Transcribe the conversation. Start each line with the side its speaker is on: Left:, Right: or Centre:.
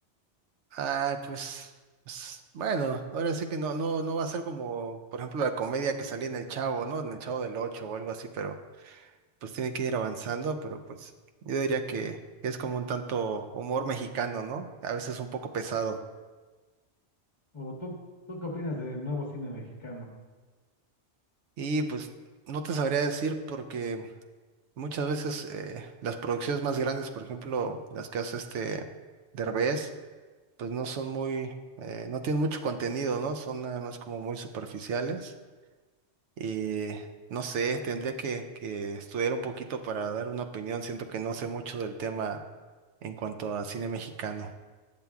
Right: Ah, pues, pues, bueno, ahora sí que no, no, no va a ser como, por ejemplo, la comedia que salía en El Chavo, ¿no? En El Chavo del Ocho o algo así, pero pues tiene que ir avanzando, pero pues yo diría que, que es como un tanto humor mexicano, ¿no? A veces un poco pesado.
Left: ¿O tú, tú qué opinas del nuevo cine mexicano?
Right: Y pues no te sabría decir porque Muchas veces eh, las producciones más grandes, por ejemplo, las que hace este Derbez, pues no son muy, eh, no tienen mucho contenido, ¿no? Son nada más como muy superficiales. Y no sé, tendría que, que estudiar un poquito para dar una opinión. Siento que no sé mucho del tema en cuanto a cine mexicano.